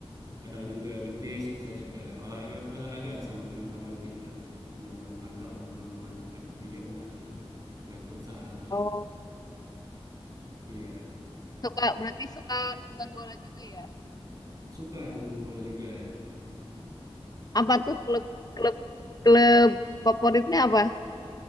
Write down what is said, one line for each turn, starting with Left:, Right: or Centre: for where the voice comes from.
Right: kadang juga weekdays itu saya suka olahraga olahraga lah sama teman-teman gitu kan, teman-teman kantor atau teman-teman dekat di rumah gitu, main futsal gitu.
Left: Oh,
Right: Iya kak,
Left: Suka berarti suka nonton bola juga ya?
Right: suka nonton bola juga.
Left: Apa tuh klub klub klub favoritnya apa?